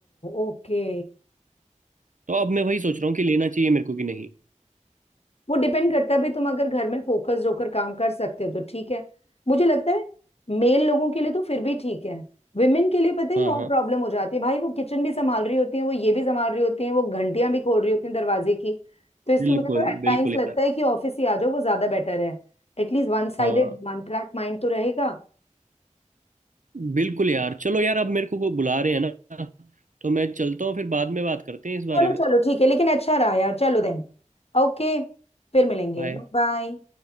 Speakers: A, on the left; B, on the right.
A: ओके
B: तो अब मैं वही सोच रहा हूँ कि लेना चाहिए मेरे को कि नहीं
A: वो डिपेंड करता है भाई तुम अगर घर में फोकस्ड होकर काम कर सकते हो तो ठीक है मुझे लगता है मेल लोगों के लिए तो फिर भी ठीक है विमेन के लिए पता है
B: हाँ
A: ये और
B: हाँ
A: प्रॉब्लम हो जाती है भाई वो किचन भी संभाल रही होती है वो ये भी संभाल रही होती है वो घंटियां भी खोल रही होती हैं दरवाजे की तो इसलिए
B: बिल्कुल
A: मुझे तो एट टाइम्स
B: बिल्कुल यार
A: लगता है कि ऑफिस ही आ जाओ वो ज्यादा बेटर है At least one sided
B: हाँ
A: one track mind तो रहेगा
B: बिल्कुल यार चलो यार अब मेरे को को बुला रहे हैं ना तो मैं चलता हूँ फिर बाद में बात करते हैं इस
A: चलो
B: बारे में
A: चलो ठीक है लेकिन अच्छा रहा यार चलो देन ओके फिर मिलेंगे
B: बाय
A: बाय बाय।